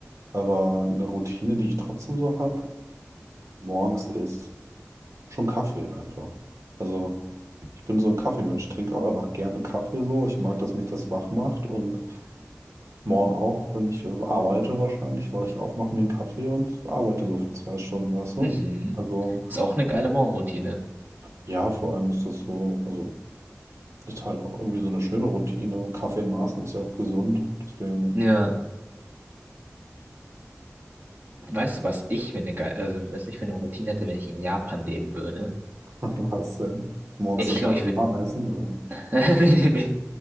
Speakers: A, on the right (about 75°); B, on the right (about 40°).
A: aber eine Routine, die ich trotzdem so habe, morgens ist schon Kaffee einfach. Also, ich bin so ein Kaffeemensch, trinke auch einfach gerne Kaffee so. Ich mag, dass mich das wach macht und Morgen auch, wenn ich arbeite wahrscheinlich, weil ich aufmache mir einen Kaffee und arbeite so für zwei Stunden, weißt du?
B: Mhm.
A: Also
B: Ist auch eine geile Morgenroutine.
A: ja, vor allem ist das so, also ist halt auch irgendwie so eine schöne Routine. Kaffee in Maßen ist ja auch gesund, deswegen
B: Ja. Weißt du, was ich für eine geil, also was ich für eine Routine hätte, wenn ich in Japan leben würde?
A: <laughs> was denn? Morgens
B: Ich
A: eine
B: glaube,
A: Schale
B: ich würde
A: warm essen also
B: <laughs> Nee, nee,